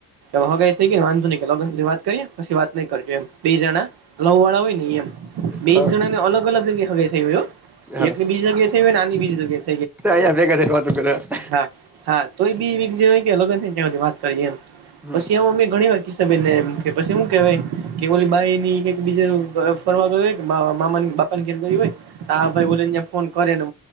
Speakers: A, on the right; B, in the centre.
A: હ હગઈ થઈ ગય ને વાંધ નહી લગ્ન ની વાત કરીએ પછી વાત નઈ કરજ એમ બે જણા લવ વાળા હોય નેમ બેસ
B: હા
A: જણા ને અલગ અલગ જગ્યા સગ્યા થઈ ગ
B: હા
A: એક ને બીજી જગ્યાએ તમે આ ની બજી જગ્યા
B: અહીંયા ભેગા થઈને વાતો કરે એમ
A: હા હા તોય બી વી જે હોય લગન થાયે ત્યાં સુધી વાત કરીએ એમ
B: હમ
A: પછી એ અમે ઘણી વાર કીધું કે પછી હૂ કેવાય કે ઓલી બાઈ ની બીજે ફરવા ગયું હોય કે મામા બાપા ની ઘેર ગયુ હોય આ ભાઈ બોલે ને ફોન કરે ને